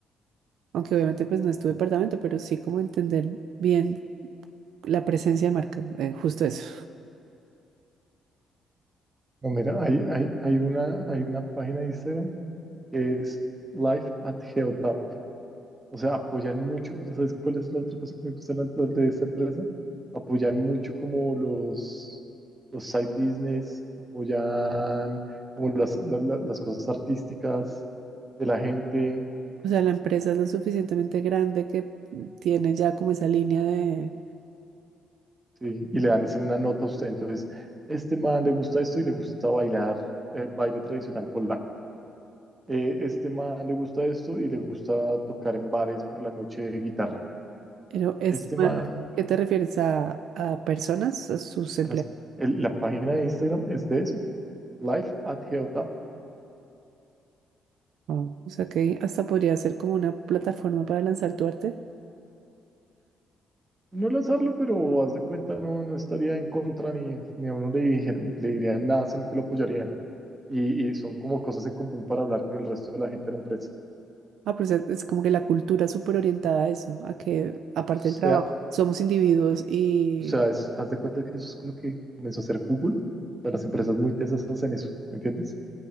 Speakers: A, on the right; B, on the right.
A: Aunque obviamente pues no es tu departamento, pero sí como entender bien la presencia de marca, eh, justo eso.
B: No, mira, hay, hay, hay una, hay una página de Instagram que es Life at Geotap. O sea, apoyan mucho. ¿Sabes cuál es la otra cosa que me gusta tanto de esta empresa? Apoyan mucho como los, los side business, apoyan como las, la- la- las cosas artísticas de la gente,
A: O sea, la empresa es lo suficientemente grande que tiene ya como esa línea de...
B: ¿sí? Y le dan esa- una nota a usted. Entonces, este man le gusta esto y le gusta bailar eh, baile tradicional polaco. Eh, este man le gusta esto y le gusta tocar en bares por la noche guitarra.
A: Pero esta
B: Este
A: marca,
B: man,
A: ¿qué te refieres a, a personas, a sus empleados?
B: las- el- la página de Instagram es de eso, Life at Geotap.
A: Ah, O sea, que hasta podría ser como una plataforma para lanzar tu arte.
B: No al hacerlo, pero haz de cuenta, no, no estaría en contra ni, ni a uno le, dijer- le dirían nada, sino que lo apoyarían. Y, y son como cosas en común para hablar con el resto de la gente de la empresa.
A: Ah, pues es, es como que la cultura es súper orientada a eso, a que aparte
B: O sea,
A: del trabajo, somos individuos y
B: o sea, es- haz de cuenta que eso es con lo que comenzó a hacer Google. O sea, las empresas muy tesas hacen eso, ¿me entiendes?